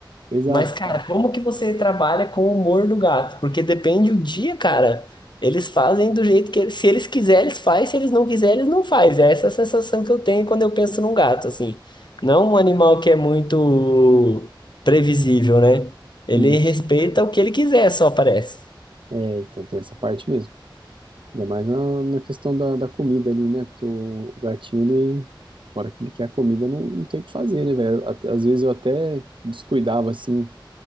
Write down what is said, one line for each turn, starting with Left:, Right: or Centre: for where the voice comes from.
Right: Exato,
Left: Mas, cara,
Right: cara,
Left: como que você trabalha com o humor do gato? Porque depende o dia, cara. Eles fazem do jeito que eles, se eles quiserem, eles fazem, se eles não quiserem, eles não fazem. É essa a sensação que eu tenho quando eu penso num gato, assim. Não um animal que é muito previsível, né? Ele
Right: isso.
Left: respeita o que ele quiser, só parece.
Right: É, então tem essa parte mesmo. Ainda mais na, na questão da, da comida ali, né? Porque o, o gatinho, ele, na hora que ele quer a comida, não, não tem o que fazer, né, velho? At- Às vezes eu até descuidava, assim,